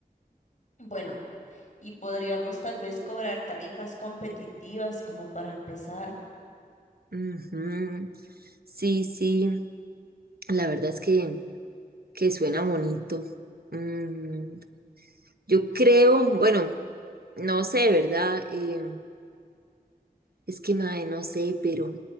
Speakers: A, on the left; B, on the right.
A: bueno, y podríamos tal vez cobrar tarifas competitivas como para empezar.
B: Ujú. Sí, sí, la verdad es que, que suena bonito. Mm, yo creo, bueno, no sé, ¿verdad? Eh, Es que, mae, no sé, pero